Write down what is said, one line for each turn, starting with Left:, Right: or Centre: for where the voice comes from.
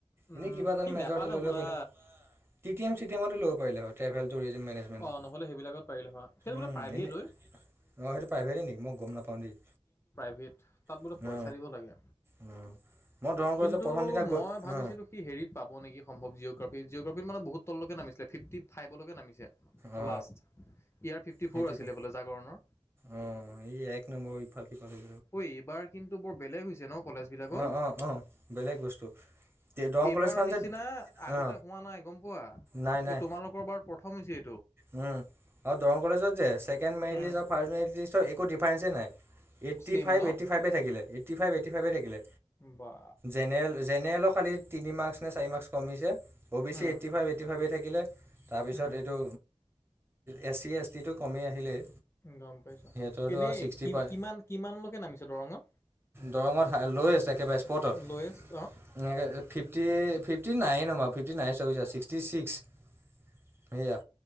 Left: উম,
Right: এনেই কিবা এটাত
Left: সি
Right: মেজৰ
Left: নেপালে
Right: এটা লৈ
Left: হ'বলা
Right: লব পাৰিলা হয়। T T M C T এমতে ল'ব পাৰিলা হয় ট্ৰেভেল টুৰিজিম মেনেজমেণ্টটো
Left: অ', নহলে সেইবিলাকত পাৰিলে হয়। সেইটো বোলে
Right: উম
Left: প্ৰাইভেট
Right: এনে
Left: হয়।
Right: অ সেইটো প্ৰাইভেটেই নিকি, মই গম নাপাওঁ দেই।
Left: ৱেইট, তাত বোলে
Right: অ
Left: পইচা দিব লাগে।
Right: উম। মই দৰং কলেজৰ
Left: কিন্তু,
Right: প্ৰথম দিনা গৈ
Left: মই ভাবিছিলো
Right: অ
Left: সি হেৰিত পাব নেকি সম্ভৱ জিঅ'গ্ৰাফ জিঅ'গ্ৰাফিত মানে বহুত তললৈকে নামিছিলে, ফিফটি ফাইভলৈকে নামিছে।
Right: অ
Left: লাষ্ট ইয়াৰ ফিফটি
Right: সেইটোতো
Left: ফ'ৰ আছিলে বোলে জাগৰণৰ
Right: অ এই এক নম্বৰ ইফাল সিফাল হৈ
Left: ঐ, এইবাৰ কিন্তু বৰ বেলেগ হৈছে ন। কলেজবিলাকত
Right: আহ অ', অ', বেলেগ বস্তু দৰং
Left: এইবাৰ
Right: কলেজখন
Left: নিচিনা
Right: যে
Left: আগতে
Right: অ
Left: হোৱা নাই গম পোৱা
Right: নাই নাই
Left: এই তোমালোকৰ বাৰ প্ৰথমচি
Right: আৰু দৰং কলেজত যে second merit
Left: um
Right: list third merit লিষ্টৰ একো ডিফাৰেঞ্চই নাই। এইটি
Left: চেম
Right: ফভট,
Left: ন
Right: ফভে থাকে এইটি ফভটি, ফাইভে থিলে
Left: বা
Right: জেনেল জেনেৰেলৰ খালি তিনি মাৰ্কচ নে চাৰি মাৰ্কচ কমিছে। অ' B C
Left: um
Right: eighty five, eighty ফাইভেই থাকিলে তাৰপিছত
Left: উম
Right: এইটো এ চি এছ টিটো কমেই আহিলেই।
Left: গম পাইছো
Right: সিহঁতৰতো
Left: এনেই
Right: আৰু ছিক্সটি
Left: কি
Right: পায়
Left: কিমান কিমানলৈকে নামিছে দৰঙত?
Right: দৰঙত লৈ আছে একেবাৰে স্পটত
Left: লয়েষ্ট
Right: এনেকৈ ফিফটি-ফিফটি নাইন নমা ফিফটি নাইন চাবিছোৱা ছিক্সটি ছিক্স সোৱা